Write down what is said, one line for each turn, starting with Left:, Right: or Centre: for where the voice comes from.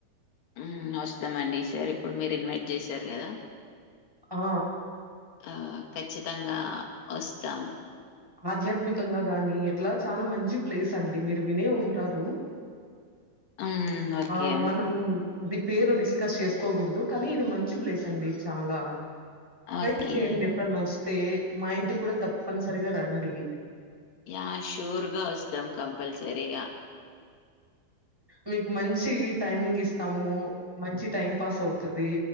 Left: హ్మ్ వస్తామండి ఈ సారి ఇప్పుడు మీరు ఇన్వైట్ చేశారు కదా
Centre: ఆ
Left: ఆ ఖచ్చితంగా వస్తాం
Centre: ఆధ్యాత్మికంగా గాని ఎట్లా చాలా మంచి ప్లేస్ అండి మీరు వినే ఉంటారు
Left: హ్మ్. ఓకే.
Centre: ఆ మనం ఇది పేరు డిస్కస్ చేసుకోకూడదు కానీ ఇది మంచి ప్లేస్ అండి చాలా ట్రై
Left: ఓకే.
Centre: చేయండి ఎప్పుడన్న వస్తే మా ఇంటి కూడా తప్పనిసరిగా రండి
Left: యా షూర్ గా వస్తాం కంపల్సరీగా
Centre: మీకు మంచి టైమింగ్ ఇస్తాము మంచి టైం పాస్ అవుతది